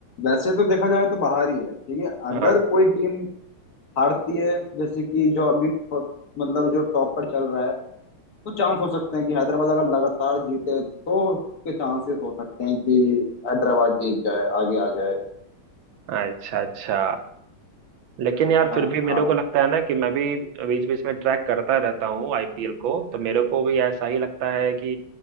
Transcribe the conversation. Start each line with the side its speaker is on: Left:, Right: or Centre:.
Left: वैसे तो देखा जाए तो बाहर ही है ठीक है
Right: हाँ
Left: अगर कोई टीम हारती है जैसे कि जो अभी फ- मतलब जो टॉप पर चल रहा है तो चांस हो सकते हैं कि हैदराबाद अगर लगातार जीते तो उसके चांसेस हो सकते हैं कि हैदराबाद जीत जाए आगे आ जाए
Right: अच्छा अच्छा लेकिन यार
Left: हाँ
Right: फिर भी मेरे को लगता है ना कि मैं भी बीच बीच में ट्रैक करता रहता हूँ आईपीएल को तो मेरे को भी ऐसा ही लगता है कि